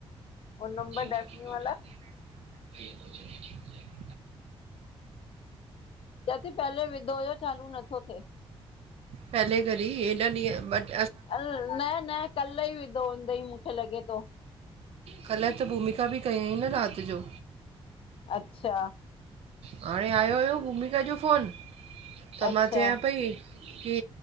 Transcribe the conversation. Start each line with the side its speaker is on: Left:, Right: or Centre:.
Left: वो नंबर
Right: चिंता
Left: डैफनी
Right: की
Left: वाला
Right: कोई बात नहीं <unintelligible>
Left: चए थी पहले विधो हुयो चालू नथो थिए।
Right: पहले कॾहिं हेॾा ॾींहं मत
Left: अल न, न कल्ह ई विधो हूंदई मूंखे लॻे थो।
Right: कल्ह त भूमिका बि कयईं न राति जो।
Left: अच्छा
Right: हाणे आयो हुयो भूमिका जो फ़ोन त
Left: अच्छा
Right: मां चयां पई कि